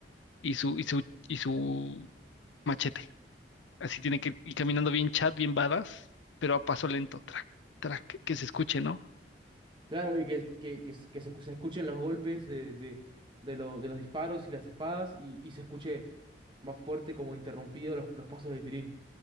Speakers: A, on the left; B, on the right.
A: y su, y su, y su machete. Así tiene que ir caminando bien chat, bien badass, pero a paso lento, track, track, que se escuche, ¿no?
B: Claro, y que, que, que se que se escu- se escuchen los golpes de, de, de lo- de los disparos y las espadas y, y se escuche más fuerte como interrumpido los, los pasos de Tilín,